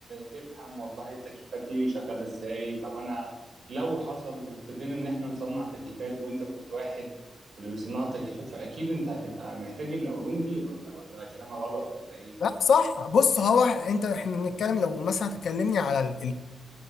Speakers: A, on the right (about 50°); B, on the left (about 80°).
A: تفهم والله التكييفات دي شغاله ازاي طب انا لو حصل وابتدينا ان احنا نصنع تكييفات وانت كنت واحد من اللي بيصنعوا التكييفات فاكيد انت هتبقى محتاج العلوم دي ولا ولا كلامي غلط ولا ايه؟
B: لا صح بص هو انت احنا بنتكلم لو مثلا هتكلمني على